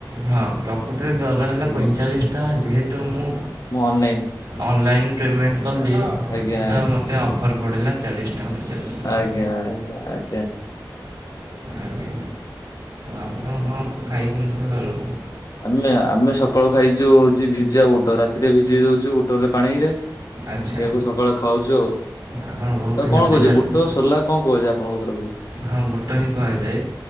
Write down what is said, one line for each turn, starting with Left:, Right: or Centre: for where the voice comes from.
Right: ହଁ ପ୍ରକୃତରେ ଦର ହେଲା
Left: ଆଜ୍ଞା
Right: ପଇଁଚାଳିଶ ଟଙ୍କା ଯେହେତୁ ତ ମୁଁ
Left: ମୁଁ ଅନଲାଇନ
Right: ଅନଲାଇନ୍ ପେମେଣ୍ଟ କଲି
Left: ଆଜ୍ଞା
Right: ତ
Left: ଆଜ୍ଞା
Right: ମୋତେ ଅଫର୍ ପଡ଼ିଲା ଚାଳିଶ ଟଙ୍କା ପଚାଶ ପଇସା
Left: ଆଜ୍ଞା ଆା ଆଜ୍ଞା
Right: ଆଜ୍ଞା ଆପଣ କଣ ଖାଇଛନ୍ତି ସଖାଳୁ?
Left: ଆମେ ଆମେ ସକାଳୁ ଖାଇଛୁ ହଉଛି ଭିଜା ବୁଟ ରାତିରେ ଭିଜେଇ ଦଉଛୁ ବୁଟରେ ପାଣିରେ।
Right: ଆଚ୍ଛା
Left: ସେଆକୁ ସକାଳେ ଖାଉଛୁ ଆଉ।
Right: ଆପଣ ବହୁତ
Left: ଆ କଣ
Right: ହେଲ୍ଦି
Left: କହୁଛ
Right: ଖାଦ୍ୟ
Left: ବୁଟ ସୋଲା କଣ କହୁଛି ଆପଣଙ୍କ ତରଫରୁ?
Right: ହଁ ବୁଟ ହିଁ କୁହାଯାଏ।